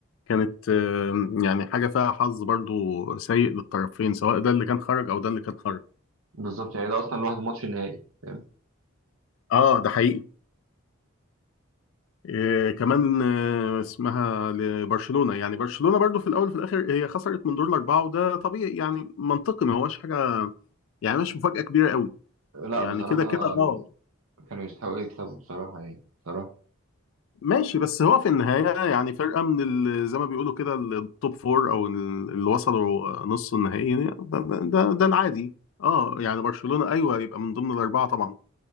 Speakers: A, on the left (about 70°); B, on the right (about 80°).
A: كانت آم، يعني حاجه فيها حظ برضو سيء للطرفين سواء ده اللي كان خرج او ده اللي كان خرج
B: بالظبط يعني ده اصلا لوحده ماتش نهائي فاهم
A: اه ده حقيقي آه كمان آه اسمها لبرشلونه يعني برشلونه برضو في الاول وفي الاخر هي خسرت من دور الاربعه وده طبيعي يعني منطقي ما هوش حاجه يعني مش مفاجاه كبيره قوي
B: لا
A: يعني
B: بصراحه
A: كده كده اه
B: كانوا يستحقوا يكسبوا بصراحه يعني بصراحه
A: ماشي بس هو في النهاية يعني فرقة من ال- زي ما بيقولوا كده التوب فور أو ال- اللي وصلوا نص النهائي ده, ده, ده ده العادي اه يعني برشلونة أيوه يبقى من ضمن الأربعة طبعا